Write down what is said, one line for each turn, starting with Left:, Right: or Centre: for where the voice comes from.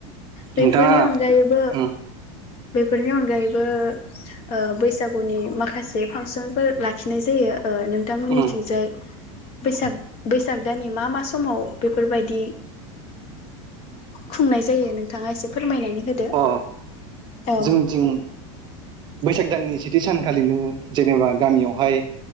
Left: बेफोरनि
Right: नोंथाङा
Left: अनगायैबो
Right: उम
Left: बेफोरनि अनगायैबो ओ बैसागुनि माखासे फांसनफोर लाखिनाय जायो ओ नोंथांमोननिथिंजाय
Right: उम
Left: बैसाग बैसाग दाननि मा मा समाव बेफोरबायदि खुंनाय जायो नोंथाङा एसे फोरमायनानै होदो।
Right: अ
Left: औ
Right: जोंनिथिं बैसाग दाननि सेथि सानखालिनो जेनेबा गामियावहाय